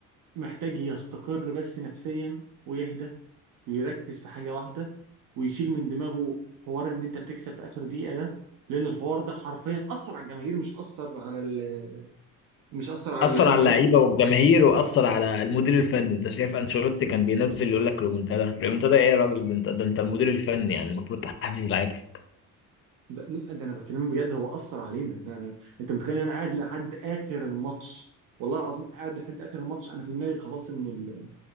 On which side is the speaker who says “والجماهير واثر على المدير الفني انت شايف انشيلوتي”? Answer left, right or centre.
Left